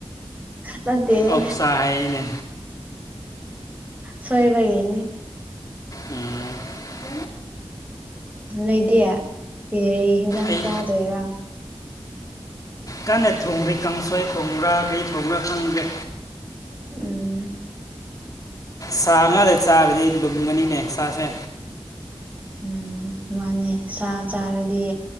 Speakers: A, on the right; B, on the left.
A: ꯅꯠꯇꯦꯍꯦ
B: ꯑꯣꯛꯁꯥ ꯍꯥꯏꯅꯦ
A: ꯁꯣꯏꯕꯒꯤꯅꯦ
B: ꯑꯣ
A: ꯂꯩꯗꯦ ꯀꯩ ꯍꯤꯟꯖꯥꯡ
B: ꯑꯩ
A: ꯆꯥꯗꯣꯏꯔꯥ
B: ꯀꯟꯅ ꯊꯣꯡꯔꯤ ꯀꯥꯡꯁꯣꯏ ꯊꯣꯡꯕ꯭ꯔꯥ ꯀꯔꯤ ꯊꯣꯡꯕ꯭ꯔꯥ ꯈꯪꯗꯦ
A: ꯎꯝ
B: ꯁꯥ ꯉꯥꯗ ꯆꯥꯕꯗꯤ ꯂꯨꯝꯒꯅꯤꯅꯦ ꯁꯥꯁꯦ
A: ꯎꯝ ꯃꯥꯟꯅꯤ ꯁꯥ ꯆꯥꯔꯗꯤ